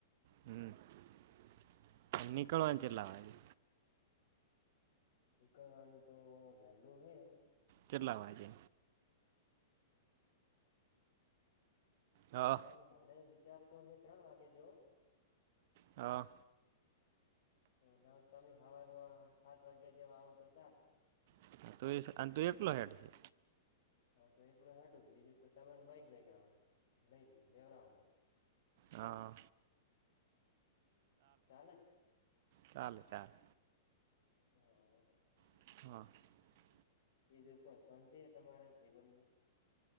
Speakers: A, on the right; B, on the left.
A: હમ નીકળવાનું અહીંથી લા
B: નીકળવાનું તો વેલુ હે
A: કેટલા વાગે હા
B: હ મારે વિચાર તો હ ત્રણ વાગે જવો
A: હા
B: તો તમે હવારમાં સાત વાગ્યા આવો તો ચાલે
A: <inaudible> તું એકલો હેડ છે
B: હા તો એકલો હડું બીજું તો તને બાઈક લઈને લઈને લેવરાાવ
A: હા
B: ચાલે
A: ચાલે ચાલે
B: હા
A: <inaudible>
B: બીજું કોઈ શાંતિ તમારા જીવનમાં